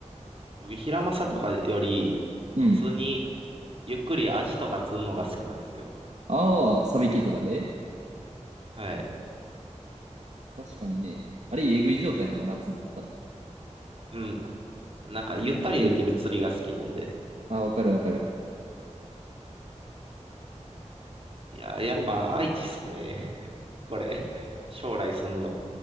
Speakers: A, on the right (about 50°); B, on the right (about 65°).
A: 僕、ヒラマサとかより、
B: うん。
A: 普通に、ゆっくりアジとか釣るのが好きなんですよ。
B: ああ、サビキとかで
A: はい。
B: 確かにね。あれ、入れ食い状態もな、夏になったら。
A: うん。なんか、ゆったりできる釣りが好きなんで。
B: そう釣れる。あ、わかるわかる。
A: いやー、
B: そう
A: やっぱ愛知っすね。<laughs> これ。将来住むの。